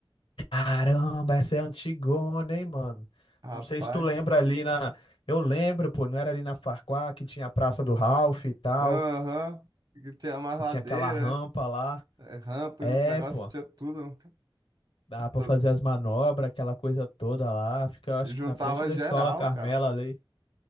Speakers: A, on the left (about 85°); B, on the right (about 50°).
A: Caramba, essa é antigona, hein, mano?
B: Rapaz,
A: Não sei se tu lembra ali na. Eu lembro, pô, não era ali na Farquhar que tinha a Praça do Ralph e tal,
B: aham, que tinha mais
A: que
B: ladeira,
A: tinha aquela rampa lá.
B: eh, rampa
A: É,
B: e uns negócios,
A: pô,
B: tinha tudo.
A: dava pra
B: Tu-
A: fazer as manobras, aquela coisa toda lá. Fica, eu acho
B: Juntava
A: que na frente da
B: geral,
A: escola Carmela
B: cara.
A: ali.